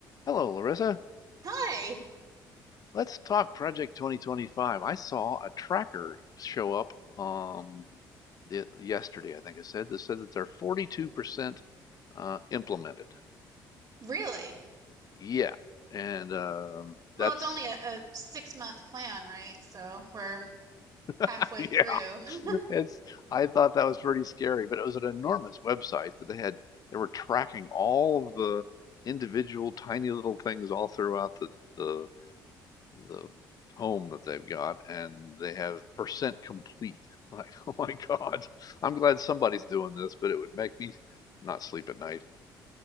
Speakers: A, on the left; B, on the right.
A: Hello, Larissa.
B: Hi.
A: Let's talk Project 2025. I saw a tracker show up um the, yesterday, I think I said, that said that they're 42% uh, implemented.
B: Really?
A: Yeah, and um,
B: Well,
A: that's
B: it's only a, a six month plan, right? So we're halfway
A: <laughs> yeah,
B: through. <laughs>
A: it's I thought that was pretty scary, but it was an enormous website that they had. They were tracking all of the individual tiny little things all throughout the the the home that they've got and they have percent complete. <laughs> Like, oh my God, I'm glad somebody's doing this, but it would make me not sleep at night.